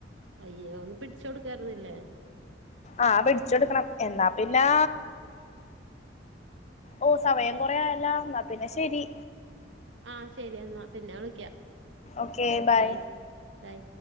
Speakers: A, on the right; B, on the left.
A: അയ്യോ ഒന്ന് പിടിച്ചൊട്ക്കായ്ര്ന്നില്ലേ
B: ആഹ് പിട്ച്ചാെട്ക്കണം എന്നാ പിന്നാ ഓഹ് സമയം കൊറേയായല്ലാ ന്നാ പിന്നെ ശരി
A: ആഹ് ശരി എന്നാ പിന്നെ വിളിക്കാം
B: ഓക്കെ
A: ഓക്കേ
B: ബൈ
A: ബൈ